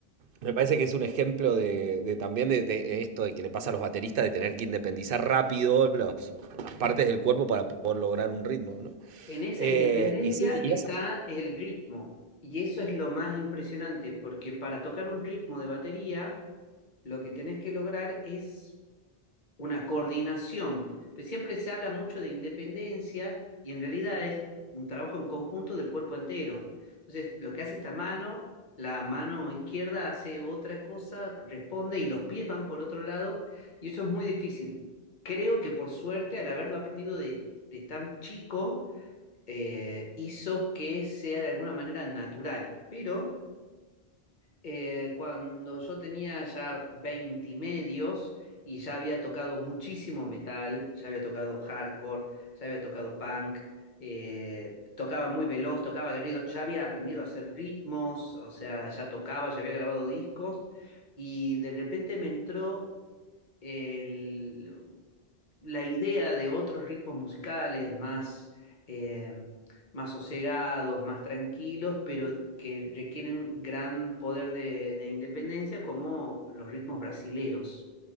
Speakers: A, on the right; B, on the left.
A: me parece que es un ejemplo de, de también de, de esto de que le pasa a los bateristas de tener que independizar rápido los- las partes del cuerpo para poder lograr un ritmo, ¿no?
B: En esa
A: Eh,
B: independencia
A: y sí, y
B: está
A: esa-
B: el ritmo y eso es lo más impresionante porque para tocar un ritmo de batería, lo que tenés que lograr es una coordinación. pero siempre se habla mucho de independencia y en realidad es un trabajo en conjunto del cuerpo entero. Entonces, lo que hace esta mano, la mano izquierda hace otra cosa, responde y los pies van por otro lado y eso es muy difícil. Creo que por suerte, al haberlo aprendido de, de tan chico, eh, hizo que sea de alguna manera natural, pero eh, cuando yo tenía ya 20 y medios y ya había tocado muchísimo metal, ya había tocado hardcore, ya había tocado punk, eh, tocaba muy veloz, tocaba aguerrido, ya había aprendido a hacer ritmos, o sea, ya tocaba, ya había grabado discos y de repente me entró el- la idea de otros ritmos musicales más, eh, más sosegados, más tranquilos, pero que requieren gran poder de, de independencia, como los ritmos brasileros